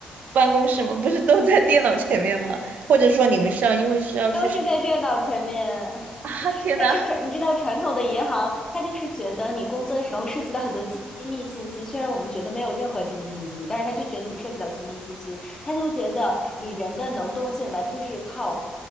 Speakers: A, on the right (about 70°); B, on the left (about 20°).
A: 办公室吗？不是都在电脑前面吗？或者说你们是要因为是要去
B: 都是在电脑前面。
A: 啊？天呐！
B: 但是传，你知道传统的银行，它就是觉得你工作的时候涉及到很多机密信息，虽然我们觉得没有任何机密信息，但是他就觉得你涉及到机密信息，他就觉得你人的能动性完全是靠